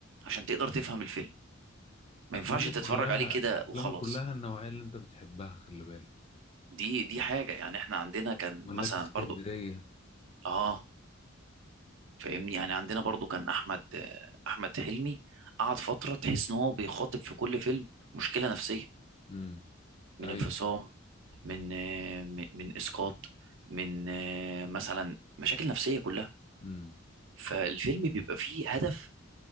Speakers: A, on the right (about 65°); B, on the left (about 30°).
A: عشان تقدر تفهم الفيلم ما
B: افلامه
A: ينفعش تتفرج
B: كلها
A: عليه كده
B: افلامه
A: وخلاص
B: كلها النوعيه اللي انت بتحبها خلي بالك
A: دي دي حاجه يعني احنا عندنا كان
B: ملاك
A: مثلا
B: اسكندريه
A: برضو اه فاهمني يعني عندنا برضو كان احمد آه، احمد حلمي قعد فتره تحس ان هو بيخاطب في كل فيلم مشكله نفسيه
B: مم.
A: من
B: ايوه
A: انفصام من آه، م- من اسقاط من آه، مثلا مشاكل نفسيه كلها
B: مم.
A: فالفيلم بيبقى فيه هدف